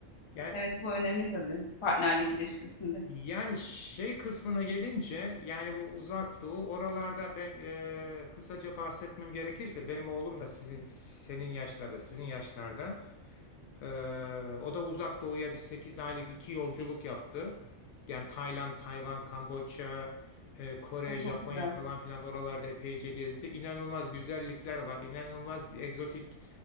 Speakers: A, on the left; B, on the left.
A: Yani
B: Evet, bu önemli tabii partnerlik ilişkisinde.
A: Yani şey kısmına gelince yani bu uzak doğu oralarda ben e, kısaca bahsetmem gerekirse benim oğlum da sizin senin yaşlarda sizin yaşlarda ee, o da Uzak Doğu'ya bir 8 aylık iki yolculuk yaptı. Yani Tayland, Tayvan, Kamboçya, e, Kore,
B: A,
A: Japonya
B: çok güzel.
A: falan filan oralarda epeyce gezdi. İnanılmaz güzellikler var. inanılmaz bir egzotik